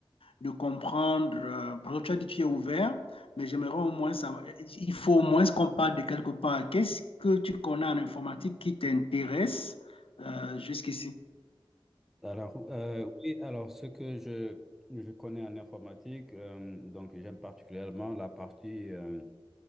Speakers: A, on the left (about 70°); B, in the centre.
A: de comprendre, euh, parce que tu as dit que tu es ouvert, mais j'aimerais au moins savoir, il faut au moins qu'on parle de quelque part. Qu'est-ce que tu connais en informatique qui t'intéresse euh, jusqu'ici?
B: Alors, euh, oui, alors ce que je, je connais en informatique, euh, donc j'aime particulièrement la partie euh,